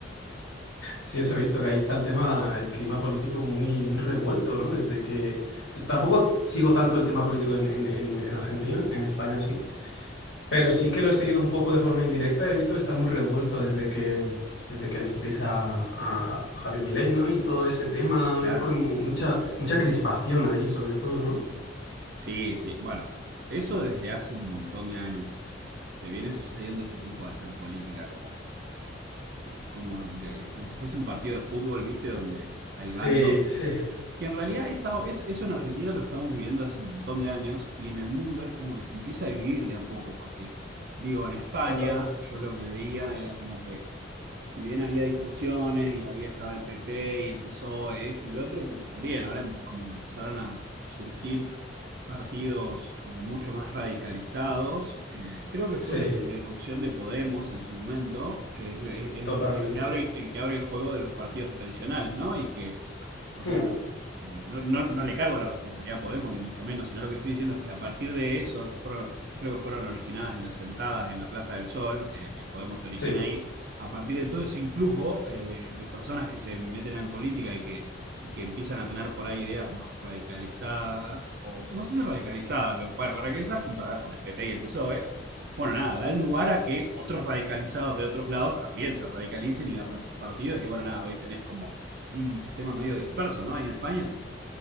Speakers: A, on the left; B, on the right.
A: Sí, eso he visto que ahí está el tema, el clima político muy, muy revuelto, ¿no? Desde que... Tampoco sigo tanto el tema político en, en- en- en Argentina, en España sí, pero sí que lo he seguido un poco de forma indirecta, he visto que está muy revuelto desde que, desde que elegisteis a, a- a Javier Milei, ¿no? Y todo ese tema,
B: claro.
A: veo como mucha, mucha crispación allí sobre todo, ¿no?
B: Sí, sí, bueno, eso desde hace un montón de años, porque se viene sucediendo ese tipo de hacer política, como que que como, de, como si fuese un partido de fútbol, ¿viste? Donde hay
A: Sí,
B: bandos.
A: sí,
B: Que en realidad esa, es, eso en Argentina lo estamos viviendo desde hace un montón de años y en el mundo es como que se empieza a vivir de a poco, porque digo, en España
A: total.
B: yo lo que veía era como que si bien había discusiones y había estado el PP y el PSOE, esto y lo otro, pero también ahora em, como que empezaron a, a surgir partidos como mucho más radicalizados. Eh, creo que
A: Sí,
B: fue desde la irrupción de Podemos en su momento, que es lo- e, el,
A: totalmente.
B: el que abre, el que abre el juego de los partidos tradicionales, ¿no? Y que o
A: Hmm,
B: sea, eh, no, no, no le cargo la responsabilidad a Podemos, ni mucho menos, sino lo que estoy diciendo es que a partir de eso, que fueron, creo que fueron originadas en las sentadas en la Plaza del Sol, eh, que Podemos se origina
A: sí.
B: ahí, a partir de todo ese influjo eh, de, de, personas que se meten en política y que, y que empiezan a tener por ahí ideas más radicalizadas, o no sé si radicalizadas, pero, bueno, radicalizadas comparadas con el PP y el PSOE, bueno, nada, da lugar a que otros radicalizados de otros lados también se radicalicen y armen sus partidos. Y bueno, nada, hoy tenés como un sistema medio disperso, ¿no? Ahí en España.